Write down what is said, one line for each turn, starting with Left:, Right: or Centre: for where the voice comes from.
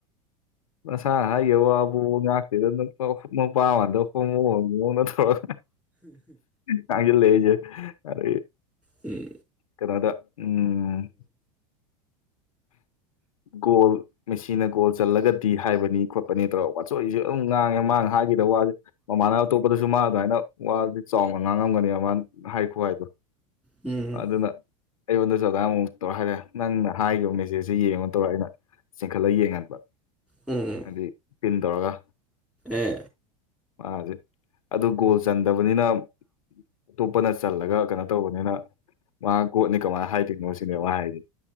Left: ꯅꯁꯥ ꯍꯥꯏꯈꯤꯕ ꯋꯥꯕꯨ ꯉꯥꯛꯇꯗ ꯅꯨꯄꯥꯃꯗ ꯍꯣꯡꯃꯨ ꯍꯣꯡꯨꯧ ꯅꯠꯇꯧꯒ ꯊꯥꯡꯒ ꯂꯩꯖꯦ ꯑꯔ
Centre: ꯎ
Left: ꯀꯅꯥꯗ ꯎꯝ ꯒꯣꯜ ꯃꯦꯁꯤꯅ ꯒꯣꯜ ꯆꯜꯂꯒꯗꯤ ꯍꯥꯏꯕꯅꯤ ꯈꯣꯠꯄꯅꯤ ꯇꯧꯣ ꯋꯥꯆꯣꯏꯁꯨꯦ ꯑꯗꯨꯝ ꯉꯥꯡꯉꯦ ꯃꯥꯡ ꯍꯥꯏꯈꯤꯗ ꯋꯥꯁꯦ ꯃꯃꯥꯅ ꯑꯇꯣꯞꯄꯗꯁꯨ ꯃꯥ ꯑꯗꯨꯃꯥꯏꯅ ꯋꯥꯗꯤ ꯆꯥꯎꯅ ꯉꯥꯡꯉꯝꯒꯅꯦꯕ ꯃꯥꯅ ꯍꯥꯏꯈꯣ ꯍꯥꯏꯗꯣ
Centre: ꯎꯝ
Left: ꯑꯗꯨꯅ ꯑꯩꯉꯣꯟꯗꯁꯨꯗꯥꯃꯨꯛ ꯇꯧꯔꯛꯑꯒꯦ ꯅꯪꯅ ꯍꯥꯏꯈꯤꯕ ꯃꯦꯁꯦꯖꯁꯦ ꯌꯦꯡꯉꯣ ꯇꯧꯔꯒ ꯑꯩꯅ ꯆꯤꯡꯈꯠꯂꯒ ꯌꯦꯡꯍꯟꯕ
Centre: ꯎꯝ
Left: ꯍꯥꯏꯗꯤ ꯇꯤꯟ ꯇꯧꯔꯒ
Centre: ꯑꯦ
Left: ꯃꯥꯁꯦ ꯑꯗꯨ ꯒꯣꯜ ꯆꯟꯗꯕꯅꯤꯅ ꯑꯇꯣꯞꯄꯅ ꯆꯜꯂꯒ ꯀꯩꯅꯣ ꯇꯧꯕꯅꯤꯅ ꯃꯥ ꯀꯣꯠꯅꯤ ꯀꯃꯥꯏꯅ ꯍꯥꯏꯗꯣꯏꯅꯣ ꯁꯤꯅꯦ ꯃꯥ ꯍꯥꯏꯁꯦ